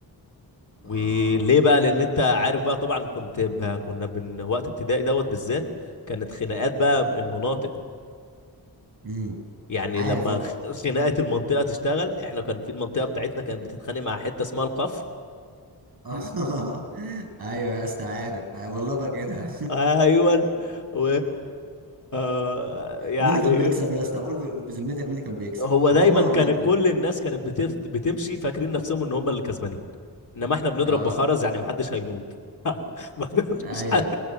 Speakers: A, on the left; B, on the right.
A: وليه
B: اه
A: بقى لان انت عارف بقى طبعا كنت ب... كنا بن... وقت ابتدائي دوت بالذات كانت خناقات بقى المناطق
B: امم
A: يعني
B: عارف
A: لما
B: اه كنت
A: خ- خناقه المنطقه تشتغل احنا كان في المنطقه بتاعتنا كانت بتتخانق مع حته اسمها القفر
B: <laughs> ايوه يا اسطى عارف أيوة والله فاكرها
A: ايوه و <laughs> يعني
B: مين اللي كان بيكسب يا اسطى قول ب- بذمتك مين اللي كان بيكسب
A: هو
B: هما
A: دايما
B: ولا
A: كان
B: انتوا
A: كل الناس كانت بتف... بتمشي فاكرين نفسهم ان هم اللي كسبانين انما احنا بنضرب
B: اه
A: بخرز يعني محدش هيموت <laughs> ما تقوليش
B: ايوه
A: حد...